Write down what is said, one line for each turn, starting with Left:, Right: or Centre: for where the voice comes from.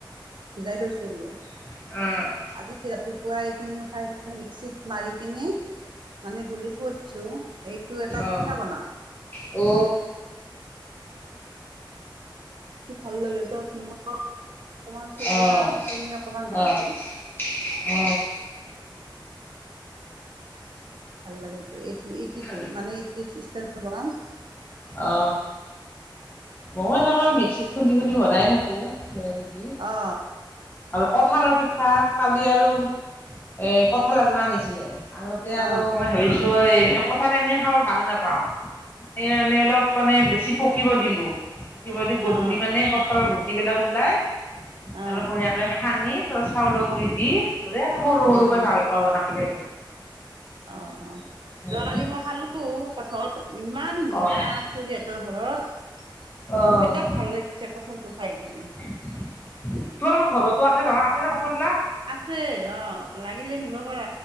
Right: ভিজাই থৈছিলো
Left: অ
Right: আজি ৰাতিপুৱা এইখিনি উঠাই কিনে মিক্সিত মাৰি কিনে মানে গুলি থৈছো এইটো এটা পিঠা
Left: অঁ
Right: বনাম
Left: অ
Right: ভাল লাগে তাত নিমখ অকমান চৌদা
Left: অ',
Right: চেনি অকমান দিছো
Left: অ', অ
Right: ভাল লাগেটো এইটো ইটোত
Left: খালো।
Right: মানে ইস্তাৰ বৰাম
Left: অ মই এনেকৈ মিক্সিত খুন্দি খুন্দি বনাই থাকোঁ কিবা কিবি
Right: অ
Left: আৰু কঠালৰ পিঠা কালি আৰু এ কঠাল এটা আনিছিলে আনোতে
Right: অ অ
Left: আৰু মই ভাবিছো এই কঁঠাল এনে খাব ভাল নাপাওঁ সেই আণে অলপ মানে বেছি পকিব দিলো পকিব দি গধূলি
Right: অ
Left: মানে কঠালৰ গো দি পেলাই ওলাই
Right: অ
Left: অলপ বঢ়িয়াকৈ সানি ত চাউলৰ গুড়ি দি ব সৰু
Right: অ
Left: সৰুকৈ ভাল
Right: অ
Left: পোৱা বনাব বুলি ভাবিছ
Right: অ অ
Left: উম,
Right: যোৱাকালি মই খালো কঠল ইমান
Left: অ',
Right: মিঠা খুৰহঁতৰ ঘৰত
Left: অ'।
Right: বিৰাট ভাল লাগিছে কঠালটো খাই কেনে
Left: তোমালোকৰ ঘৰতো আছে নহয় আছে ন কথাবলাক
Right: আছে অ লাগিলে নিব পাৰ